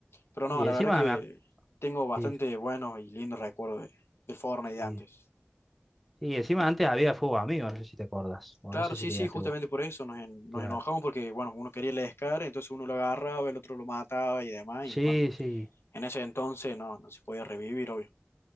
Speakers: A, on the left (about 85°); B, in the centre.
A: Pero no,
B: Uy,
A: la
B: encima
A: verdad que
B: me... ac-
A: tengo bastante
B: Sí,
A: buenos y lindos recuerdos de, del Fortnite de
B: sí.
A: antes.
B: Sí, encima antes había fútbol amigo, no sé si te acordás, o
A: Claro,
B: no sé
A: sí,
B: si llegaste
A: sí, justamente
B: vos.
A: por eso nos, en-
B: Claro.
A: nos enojamos porque, bueno, uno quería el Scar, entonces uno lo agarraba, el otro lo mataba y demás,
B: Sí,
A: y bueno,
B: sí,
A: en ese entonces no, no se podía revivir, obvio.